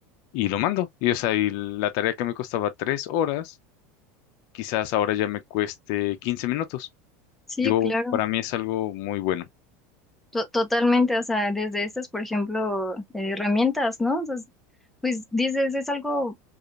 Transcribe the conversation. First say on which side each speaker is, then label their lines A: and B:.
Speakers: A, on the left; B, in the centre.
A: y lo mando. Y o sea, y la tarea que me costaba tres horas, quizás ahora ya me cueste 15 minutos.
B: Sí,
A: Yo,
B: claro.
A: para mí es algo muy bueno.
B: To- Totalmente, o sea, desde esas, por ejemplo, eh, herramientas, ¿no? O sea, es- pues dices, es algo,